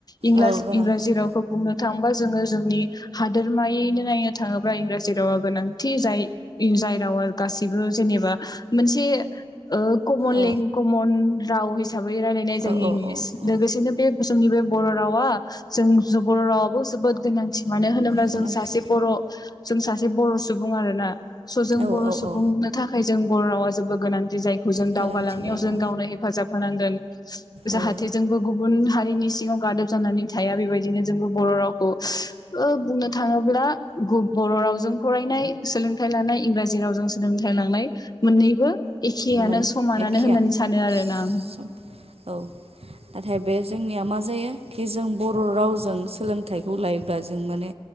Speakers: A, on the left; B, on the right.
A: इं
B: औ गोनांथि
A: इंराजि रावखौ बुंनो थांङोबा जोङो जोंनि हादोरमायैनो नायनो थाङोब्ला इंराजि रावा गोनांथि जाय जाय रावा गासिबो जेनेबा मोनसे कमन लें
B: औ
A: कमन राव हिसाबै रायलायनाय जायो
B: औ औ
A: इंलिस
B: औ औ
A: लोगोसेनो बे जोंनि बे बर' रावा जों बर' रावाबो जोबोद गोनांथि मानो होनोब्ला
B: गोनांथि
A: जों सासे बर' जों सासे बर' सुबुं आरोना। स' जों
B: औ
A: बर'
B: औ
A: सुबुंनो
B: औ
A: थाखाय जों बर' रावा जेबो गोनांथि जायखौ जों दावगालांनायाव
B: गोनांथि जायो
A: जों गावनो हेफाजाब होनांगोन जाहाथे
B: औ औ
A: जोंबो गुबुन हारिनि सिङाव गादब जानानै थाया बेबायदि बिदिनो जोंबो बर' रावखौ बुंनो थाङोब्ला बर' रावजों फरायनाय सोलों थाय लानाय इंराजि रावजों सोलोंथाइ लांनाय मोननैबो एखेयानो
B: मोन
A: समानानो
B: एखेयानो
A: होननानै सानो आरोना आं
B: औ नाथाय बे जोंनिया मा जायो खि जों बर' रावजों सोलोंथाइखौ लायोब्ला जों माने